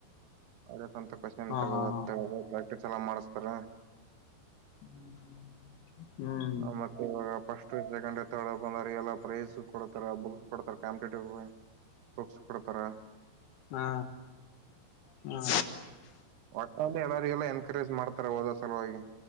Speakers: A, on the right; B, on the left.
A: ಅದೇ ಸ್ವಂತ ಕೋಶ್ನ್
B: ಹಾ
A: ತಗೋದು
B: ಹಾ ಹಾ
A: ಆದ್ ತಗದು ಪ್ರಾಕ್ಟೀಸ್ ಎಲ್ಲಾ ಮಾಡಿಸ್ತಾರಾ.
B: <inaudible> ಹುಂ
A: ಆ, ಮತ್ತೆ ಇವಾಗ ಫಸ್ಟ್ ಸೆಕೆಂಡ್ ತರ್ಡ್ ಬಂದ್ ಅವರಿಗೆಲ್ಲ ಪ್ರೈಸ್ ಕೊಡ್ತಾರ ಬುಕ್ಸ್ ಕೊಡ್ತಾರ ಕಾಂಪಿಟೇಟಿವ್ ಬುಕ್ಸ್ ಕೊಡ್ತಾರ.
B: ಹಾ ಹಾ
A: ಒಟ್ನಲ್ಲಿ ಎಲ್ಲರಿಗೂ ಎನ್ಕರೇಜ್ ಮಾಡ್ತಾರೆ ಓದೋ ಸಲುವಾಗಿ